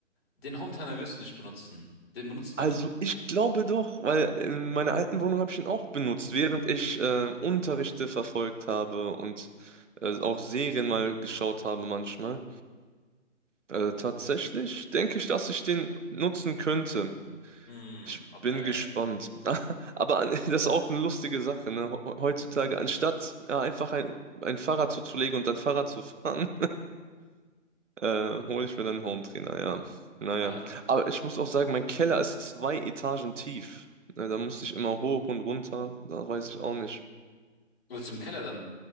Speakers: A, on the left (about 50°); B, on the right (about 70°).
A: den Hometrainer wirst du nicht benutzen. Den benutzt man
B: Also
A: nicht.
B: ich glaube doch, weil in meiner alten Wohnung habe ich ihn auch benutzt, während ich äh, Unterrichte verfolgt habe und äh, auch Serien mal geschaut habe manchmal. Äh, tatsächlich denke ich, dass ich den nutzen könnte.
A: Hm,
B: Ich
A: okay.
B: bin gespannt. <laughs> Aber an- das ist auch eine lustige Sache, ne? He- Heutzutage, anstatt ja, einfach ein, ein Fahrrad zuzulegen und dann Fahrrad zu fahren, Äh, hole ich mir dann einen trainer ja. Naja.
A: Äh,
B: Aber ich muss auch sagen, mein Keller ist zwei Etagen tief. Ne, Da musste ich immer hoch und runter. Da weiß ich auch nicht.
A: willst du im Keller dann